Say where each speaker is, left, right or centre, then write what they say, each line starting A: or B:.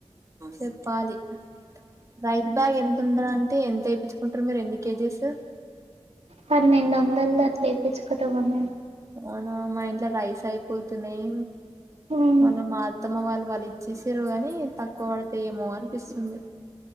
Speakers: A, on the right; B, on the right.
A: చెప్పాలి రైస్ బ్యాగ్ ఎంత ఉందరా అం అయితే ఎంత ఎ పించుకుంటారు మీరు ఎన్ని కేజీస్
B: పన్నెండు వందలు అట్ ఎ పించుకుట మేము
A: అవునా మా ఇంట్లో రైస్ అయిపోతున్నాయి
B: ఉమ్
A: మొన్న మా అత్తమ్మ వాళ్ళ వల్ల తేచ్చిసరు గాని తక్కువ పడితే ఏమో అనిపిస్తుంది